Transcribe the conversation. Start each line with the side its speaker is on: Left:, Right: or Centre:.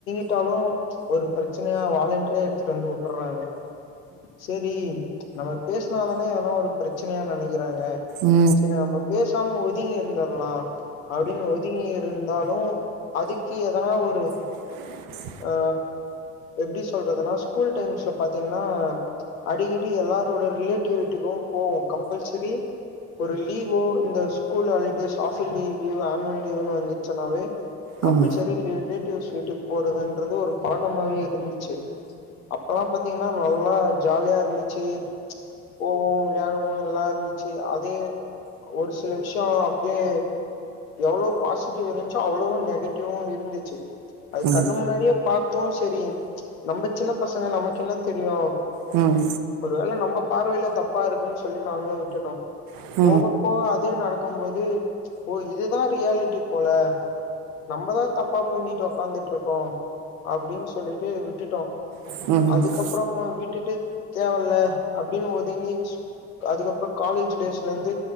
Left: வுட்டாலு ஒரு பிரச்சனையா வாலண்டரியா எடுத்துட்டு வந்து உட்டர்றாங்க செரி நம்ம பேசினாதானே எதனா ஒரு பிரச்சனையா நெனைக்கிறாங்க
Right: ம், ம், ம்,
Left: செரி நம்பப் பேசாம ஒதுங்கி இருந்துரலாம் அப்படின்னு ஒ <unintelligible> இருந்தாலும் அதுக்கு எதனா ஒரு
Right: பிளாங்க்
Left: அ எப்டி சொல்றதுன்னா ஸ்கூல் டைம்ஸ்ல பாத்தீங்கன்னா அடிக்க எப்டி எல்லாரோட ரிலேட்டிவ் வீட்டுக்கு போவோ கம்பல்செரி ஒரு லீவோ இந்த சு school holidays half yearly leave annual லீவ்னு வந்துச்சுனாவே
Right: ம்,
Left: கம்பல்செரி
Right: ம், ம்,
Left: ரிலேட்டிவ்ஸ் வீட்டுக்கு போறதுன்றது ஒரு பழக்கமாவே இருந்துச்சு அப்பல்லாம் பாத்தீங்கன்னா நல்லா ஜாலியா இருந்துச்சு போவோம் விளையாடுவோம் எல்லாரு ச்சு அதே ஒரு சில விஷ்ய அப்டியே எவ்வளோ பாசிட்டிவ் இருந்துச்சோ அவ்வளோவும் நெகட்டிவ்வும் இருந்துச்சு அது
Right: ம்,
Left: கண்ணு முன்னாடியே பாத்தோம் சரி நம்ம சின்ன பசங்க நமக்கு என்ன தெரியும்
Right: ம்
Left: ஒரு வேள நம்ம பார்வையில தப்பா இருக்குன்னு சொல்லி நாங்களு விட்டுட்டோ
Right: ம், ம், ம், ம், ம், ம், ம்,
Left: போக போக அதே நடக்கும் போது ஓ இதுதா ரியாலிட்டி போல நம்பதா தப்பா புரிஞ்சிட்டு உக்காந்துட்டு இருக்கோ அப்டின்னு சொல்லிட்டு விட்டுட்டோ
Right: ம்,
Left: அதுக்கப் அப்புறமா விட்டுட்டு தேவல்ல அப்படின்னு ஒதுங்கி அதுக்கப்பற காலேஜ் டேஸ்லருந்து